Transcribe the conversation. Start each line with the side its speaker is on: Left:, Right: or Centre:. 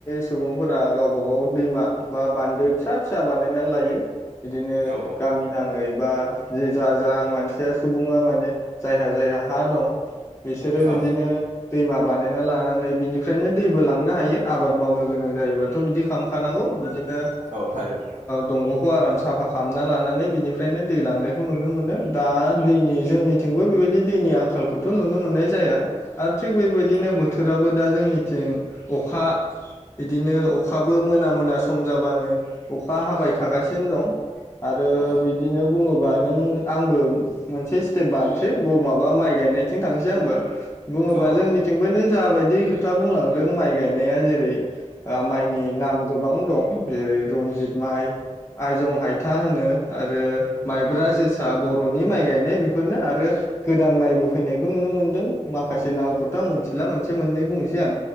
Left: सुबुंफोरा गावबा गाव दैमा बा बान्दो फिसा फिसा बानायनानै लायो बिदिनो
Right: औ
Left: गामि नाङै बा जा जा मानसिया सुबुङा माने जायहा जाया हा दं बिसोरो
Right: औ
Left: बिदिनो
Right: औ
Left: दैमा बानायना लानानै बिनिफ्रायनो दैबो लांनो हायो आबाद मावनो गोनां जायोबाथ' बिदि खालामखानांगौ बिदिनो
Right: औ थारैनो
Left: दंग आराम साफा खालामना लानानै बिनिफ्रायनो दै लांनायखौ नुनो मोनो दा दैनि जोंनिथिंबो बेबायदि दैनि आंखालखौथ' नुनो मोननाय जाया आरो थिग बेबायदिनो
Right: औ
Left: बोथोराबो दा जोंनिथिं अखा बिदिनो अखाबो मोना मोना सम जाबानो अखा हाबाय थागासि नो दं आरो
Right: औ
Left: बिदिनो बुङोबा नों आंबो मोनसे स्टेप बानोसै माबा माइ गायनायथिं थांसै आंबो बुङोबा
Right: औ
Left: जोंनिथिंबो नों जा बायदि खोथा बुंलांदों माइ गायनाया जेरै ओ माइनि नाम गोबां दं जेरै रनजित माइ आयजं हायथा होनो आ रो माइब्रा जोसा बर'नि माइ गायनाय बेफोरनो आरो गोदान माइबो फैनायखौ नुनो मोनदों माखासे नामखौथ' आं मोनथिला मोनसे मोननै बुंनोसै आं